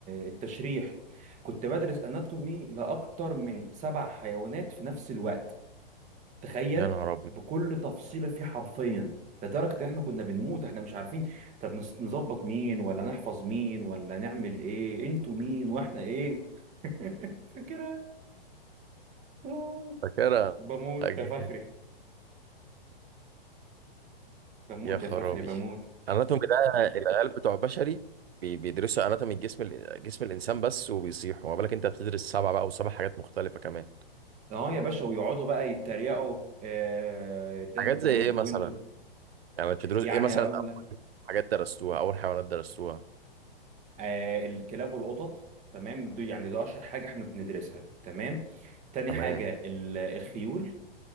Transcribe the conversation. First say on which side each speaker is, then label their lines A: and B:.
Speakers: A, on the right; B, on the right.
A: التشريح كنت بدرس اناتومي لاكتر من سبع حيوانات في نفس الوقت تخيل
B: يا نهار ابيض
A: بكل تفصيله فيه حرفيا لدرجه ان احنا كنا بنموت احنا مش عارفين طب نس- نظبط مين ولا نحفظ مين ولا نعمل ايه انتوا مين واحنا ايه <laughs> فكره آه.
B: فاكرها
A: بموت
B: أكيد
A: يا فخري بموت
B: يا خرابي
A: يا فخري بموت
B: اناتومي ده العيال بتوع بشري بي- بيدرسوا اناتومي الجسم ال- جسم الانسان بس وبيصيحوا ما بالك انت بتدرس سبعه بقى وسبع حاجات مختلفه كمان
A: اه يا باشا ويقعدوا بقى يتريقوا آه ده
B: حاجات
A: انتوا
B: زي ايه
A: وانتوا
B: آه، مثلا
A: وانتوا
B: يعني بتدرس
A: يعني
B: ايه مثلا
A: هقول
B: اول
A: لك
B: حاجات درستوها اول حيوانات درستوها
A: آه الكلاب والقطط تمام دي يعني ده اشهر حاجه احنا بندرسها تمام تاني
B: تمام
A: حاجه ال- الخيول